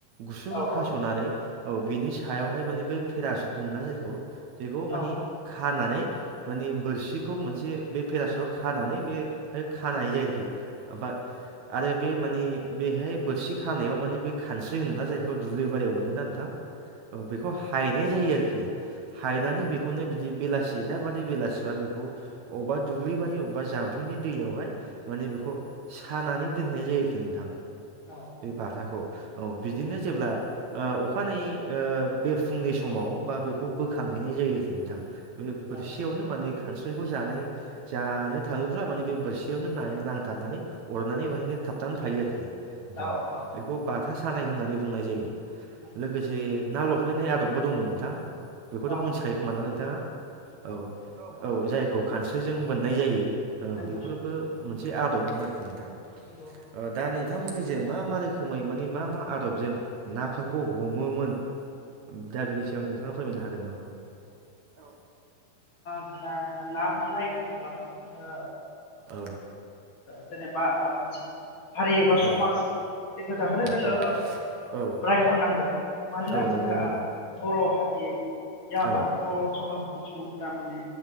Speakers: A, on the right; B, on the left.
A: गुसुं
B: औ
A: हास'नानै
B: औ
A: औ बिनि सायावहाय माने बे पेरासुट होनोना जायखौ बेखौ माने
B: औ
A: खानानै माने बोरसिखौ मोनसे बे फेराासताव खानानै बे खानाय जायो आरोखि <unintelligible> आरो बे माने बेहाय बोरसि खानायाव माने बे खानस्रि होनो ना जायखौ दुब्लि बारियाव मोनोना नोंथां औ बेखौ हायनाय जायो आरोखि हायनानै बेखौनो बिदि बेला सि दाब बादि बेलासिबा बेखौ अबेबा दुब्लि बारि अबेबा जाम्फैनि दैयावहाय माने बेखौ सानानै दोनहैनाय जायो आरोखि नोंथां
B: औ
A: बे बाथाखौ औ बिदिनो
B: नंगौ
A: जेब्ला ओ अखानायै ओ बे फुंनि समाव बा बेखौ बोखांहैनाय जायो नोंथां बोरसियावनो
B: औ
A: माने खानस्रायखौ जानाय जानो थाङोब्ला माने बे बोरसियावनो नाया नांथाबनानै अरनानै बेहायनो थाबथानानै थायो आरखि।
B: औ
A: नोंथां बेखौ बाथ सानाय होननानै बुंनाय जायो लोगोसे
B: नंगौ
A: नाल फैनाय आदबबो दंमोन नोंथां बेखौथ'
B: औ
A: मिथिखायो खोमा ना नोंथाङा औ औ जायखौ खानस्रिजों बोन नाय जायो औ
B: नंगौ
A: बेफोरबो मोनसे आब दबमोन आरोखि नोंथां
B: नंगौ
A: ओ दा नों बिथांमोननिजों मा मा रोखोमै माने मा मा आदबजों नाफोरखौ हमोमोन दा बेनि सायाव नोंथाङा फोरमायनो हागोन नामा? औ
B: ना ना हमनाय होनोब्लाथ' जोङो
A: औ
B: जोंनि <unintelligible> बा मोनसे हारि एबा
A: औ
B: समाजनि खोथाखौनो जोङो
A: औ औ
B: रायखांनांगोन मानोना
A: औ
B: जोंहा
A: नंगौ नंगौ
B: बर' हारि जाबा
A: औ
B: बर' समाजनि सुबुंफोरा माने